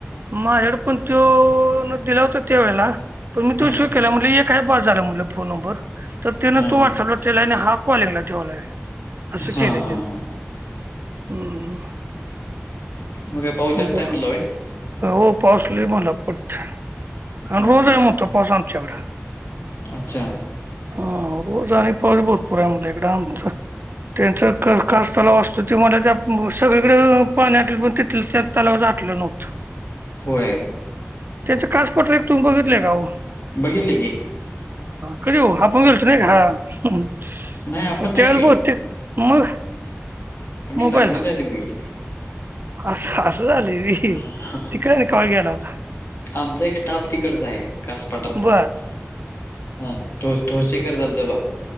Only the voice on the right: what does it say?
माझ्याकड पण तो दिला होता त्यावेळला पण मी
तो सेव केला म्हणल एक हाय बास झाला म्हणाल फोन नंबर तर तो
तो वाट्सअपला
ठेवलाय आणि हा कॉलिंगला ठेवलाय असं
केलंय
त्येन.
हम्म.
बर
हो पाऊस लय मणला पडतय आणि
रोज
आहे
म्हणतोय पाऊस आमच्याकड.
हा रोज आणि पाऊस भरपुर आहे मणला इकडं आमचं त्यांचा का कास तलाव असतो ते मणला त्या सगळीकडल पाणी आटल पण तिथल <unintelligible> तलावाच आटलं नव्हतं.
त्याच कास पठार एक तुम्ही बघितले का ओ?
कधी हो आपण गेल तो नाही का हा.
पण
त्यावेळेला
बहुतेक मग
मोबाईलला
असं असं झालंय व्हय
तिकडे न कवा गेला होता?
बर